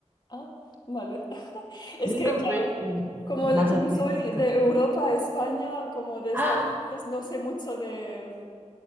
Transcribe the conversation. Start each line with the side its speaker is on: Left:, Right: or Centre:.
Left: Ah, vale. <laughs> Es
Right: Lincoln
Left: que, claro,
Right: fue el
Left: como,
Right: más
Left: como
Right: honesto.
Left: soy de Europa,
Right: <gasps>
Left: España, como de Estados
Right: Ah,
Left: Unidos, no sé mucho de, mm,